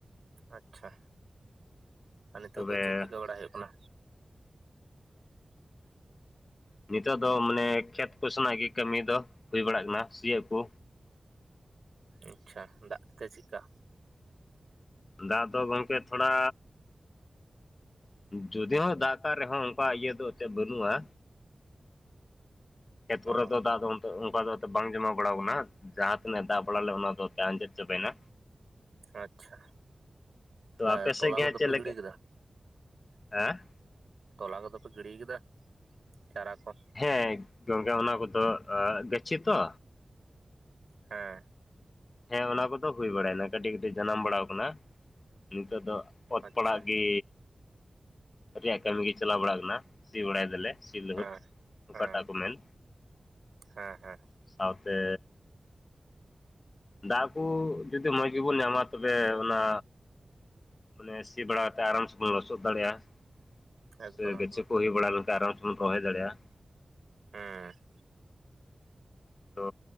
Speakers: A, on the right; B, on the left.
A: ᱟᱪᱪᱷᱟ ᱟ ᱱᱤᱛᱚᱜ
B: ᱛᱚᱵᱮ
A: ᱫᱚ ᱪᱮᱫ ᱪᱤᱠᱟᱹ ᱵᱟᱲᱟᱭ ᱦᱩᱭᱩᱜ ᱠᱟᱱᱟ <inaudible>
B: ᱱᱤᱛᱚᱜ ᱫᱚ ᱢᱟᱱᱮ ᱠᱷᱮᱛ ᱠᱚᱥᱮᱱᱟᱜ ᱜᱮ ᱠᱟᱹᱢᱤ ᱫᱚ ᱦᱩᱭ ᱵᱟᱲᱟᱜ ᱠᱟᱱᱟ ᱥᱤᱭᱳᱜ ᱠᱚ
A: ᱟᱪᱪᱷᱟ ᱫᱟᱜ ᱠᱮᱫᱟᱭ ᱪᱮᱫᱠᱟ
B: ᱫᱟᱜ ᱫᱚ ᱜᱚᱝᱠᱮ ᱛᱷᱚᱲᱟ ᱡᱩᱫᱤ ᱦᱚᱸ ᱫᱟᱜ ᱠᱟᱫ ᱨᱮᱦᱚᱸ ᱚᱱᱠᱟ ᱤᱭᱟᱹ ᱫᱚ ᱮᱛᱮ ᱵᱟᱹᱱᱩᱜᱼᱟ ᱠᱷᱮᱛ
A: ᱚ
B: ᱦᱳᱲᱳ ᱠᱚ ᱫᱟᱜ ᱫᱚᱢ ᱚᱱᱠᱟ ᱫᱚ ᱮᱱᱛᱮ ᱵᱟᱝ ᱡᱚᱢᱟ ᱵᱟᱲᱟ ᱠᱟᱱᱟ ᱡᱟᱦᱟᱸ ᱛᱤᱱᱟᱹᱜ ᱫᱟᱜ ᱵᱟᱲᱟ ᱞᱮ ᱚᱱᱟ ᱫᱚ ᱟᱸᱡᱮᱫ ᱪᱟᱵᱟᱭᱱᱟ
A: ᱟᱪᱪᱷᱟ
B: ᱛᱚ
A: ᱚᱱᱮ
B: ᱟᱯᱮ ᱥᱮᱫ
A: ᱛᱚᱞᱟ
B: ᱜᱮ
A: ᱠᱚᱫᱚ
B: ᱦᱟᱸᱜ ᱪᱮᱫ
A: ᱯᱮ
B: ᱞᱮᱠᱟ
A: ᱜᱤᱲᱤ ᱠᱮᱫᱟ
B: ᱦᱮᱸ
A: ᱛᱚᱞᱟ ᱠᱚᱫᱚ ᱯᱮ ᱜᱤᱲᱤ ᱠᱟᱫᱟ ᱪᱟᱨᱟ ᱠᱚ
B: ᱦᱮᱸ ᱜᱚᱝᱠᱮ ᱚᱱᱟ ᱠᱚᱫᱚ ᱜᱟᱹᱪᱷᱤ ᱛᱚ
A: ᱦᱮᱸ᱾
B: ᱦᱮᱸ, ᱚᱱᱟ ᱠᱚᱫᱚ ᱦᱩᱭ ᱵᱟᱲᱟᱭᱱᱟ ᱠᱟᱹᱴᱤᱡ ᱠᱟᱹᱴᱤᱡ ᱡᱟᱱᱟᱢ ᱵᱟᱲᱟ ᱠᱟᱱᱟ ᱾ ᱱᱤᱛᱚᱜ ᱫᱚ ᱚᱛ
A: ᱟᱪᱪᱷᱟ
B: ᱯᱟᱲᱟᱜ ᱜᱮ ᱨᱮᱭᱟᱜ ᱠᱟᱹᱢᱤ ᱜᱮ ᱪᱟᱞᱟᱣ ᱵᱟᱲᱟᱜ ᱠᱟᱱᱟ, ᱥᱤ ᱵᱟᱲᱟᱭ ᱫᱟᱞᱮ ᱾ ᱥᱤ ᱞᱟᱹᱦᱩᱫ
A: ᱦᱮᱸ
B: ᱚᱠᱟᱴᱟᱜ
A: ᱦᱮᱸ
B: ᱠᱚ ᱢᱮᱱ
A: ᱦᱮᱸ ᱦᱮᱸ ᱾
B: ᱥᱟᱶᱛᱮ ᱫᱟᱜ ᱠᱚ ᱡᱩᱫᱤ ᱢᱚᱡᱽ ᱜᱮᱵᱚᱱ ᱧᱟᱢᱟ ᱛᱚᱵᱮ ᱚᱱᱟ ᱢᱟᱱᱮ ᱥᱤ ᱵᱟᱲᱟ ᱠᱟᱛᱮ ᱟᱨᱟᱢ ᱥᱮᱵᱚᱱ ᱞᱚᱥᱚᱫ ᱫᱟᱲᱮᱭᱟᱜᱼᱟ ᱾
A: ᱮᱠᱫᱚᱢ
B: ᱥᱮ ᱜᱟᱪᱷᱤ
A: ᱮᱠᱫᱚᱢ
B: ᱠᱚ ᱦᱩᱭ ᱵᱟᱲᱟ ᱞᱮᱱ ᱠᱷᱟᱱ ᱟᱨᱟᱢ ᱥᱮ ᱵᱚᱱ ᱨᱚᱦᱚᱣ ᱫᱟᱲᱮᱭᱟᱜᱼᱟ ᱾
A: ᱦᱮᱸ ᱾
B: ᱛᱚ